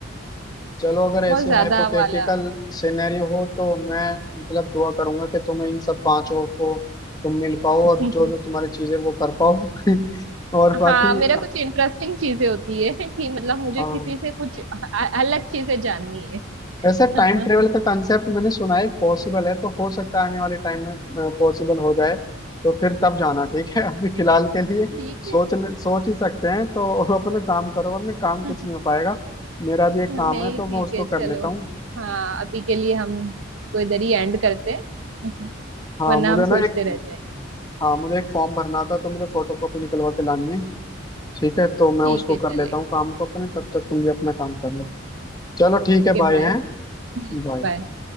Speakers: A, on the left; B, on the right.
A: चलो अगर ऐसे
B: बहुत ज्यादा
A: हाइपोथेटिकल
B: वाला
A: सिनेरियो हो तो मैं मतलब दुआ करूंगा कि तुम्हें इन सब पांचों को तुम मिल पाओ
B: <laughs>
A: और जो जो तुम्हारी चीजें वो कर पाओ <laughs> और बाकी
B: हाँ मेरा कुछ इंटरेस्टिंग चीजें होती है कि मतलब मुझे
A: हाँ
B: किसी से कुछ अ- अलग चीजें जाननी है
A: वैसे टाइम
B: <laughs>
A: ट्रेवल का कंसेप्ट मैंने सुना है पॉसिबल है तो हो सकता है आने वाले टाइम में पॉसिबल हो जाए तो फिर तब जाना ठीक है <laughs> अभी फिलहाल के लिए
B: ठीक है
A: सोच सोच ही सकते हैं तो <laughs> अपने काम करो अपने काम कुछ
B: <laughs>
A: नहीं हो पाएगा मेरा भी एक
B: नहीं
A: काम है तो
B: ठीक
A: मैं उसको
B: है चलो
A: कर लेता हूँ
B: हाँ अभी के लिए हम इसको इधर ही एंड करते हैं <laughs>
A: हाँ
B: वरना
A: मुझे
B: हम सोचते
A: ना एक
B: रह जाएंगे
A: हाँ मुझे एक फॉर्म भरना था तो मुझे फोटो कॉपी निकलवा के लानी है ठीक है तो मैं
B: ठीक
A: उसको
B: है चलेगा
A: कर लेता हूँ काम को अपने तब तक तुम भी अपना काम कर लो चलो ठीक है
B: Okay
A: बाय
B: bye
A: हैं
B: हम्म
A: बाय
B: बाय